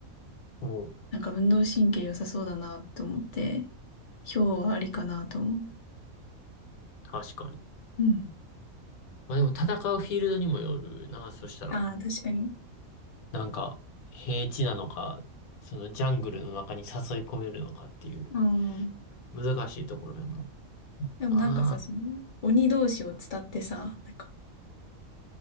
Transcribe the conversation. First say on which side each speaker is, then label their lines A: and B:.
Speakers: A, on the left; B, on the left.
A: うん、
B: なんか運動神経良さそうだなと思って、ヒョウはありかなと思
A: 確かに。
B: う。うん。
A: まあでも戦うフィールドにもよるな、そしたら。
B: ああ、確かに。
A: なんか、平地なのか、そのジャングルの中に誘い込めるのかっていう、
B: うん。
A: 難しいところやな。
B: でもなんかさ、
A: まあ、
B: その、鬼同士を伝ってさ、なんか、